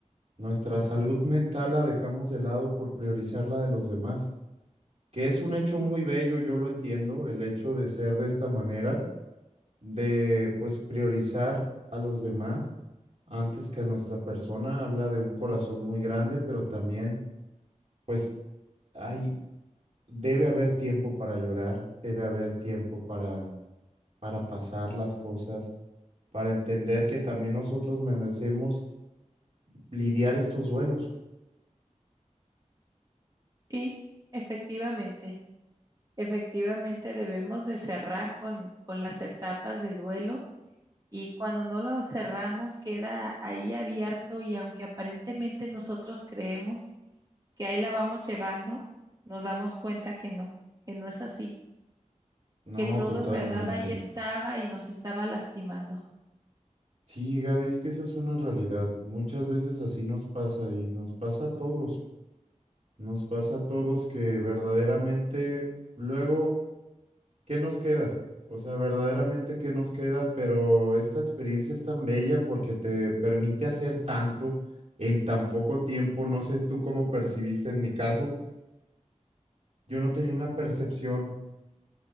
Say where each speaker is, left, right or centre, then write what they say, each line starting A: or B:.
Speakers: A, on the right; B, on the right.
A: nuestra salud mental la dejamos de lado por priorizar la de los demás, que es un hecho muy bello, yo lo entiendo, el hecho de ser de esta manera de pues priorizar a los demás antes que a nuestra persona. Habla de un corazón muy grande, pero también pues hay, debe haber tiempo para llorar, debe haber tiempo para, para pasar las cosas, para entender que también nosotros merecemos lidiar estos duelos.
B: Y efectivamente, efectivamente debemos de cerrar con, con las etapas de duelo y cuando no lo cerramos queda ahí abierto y aunque aparentemente nosotros creemos que ahí la vamos llevando, nos damos cuenta que no, que no es así,
A: No,
B: que todo
A: totalmente.
B: en verdad ahí estaba y nos estaba lastimando.
A: Sí, Gaby, es que esa es una realidad. Muchas veces así nos pasa y nos pasa a todos. Nos pasa a todos que verdaderamente luego ¿qué nos queda? O sea, verdaderamente, ¿qué nos queda? Pero esta experiencia es tan bella porque te permite hacer tanto en tan poco tiempo. No sé tú cómo percibiste en mi caso. Yo no tenía una percepción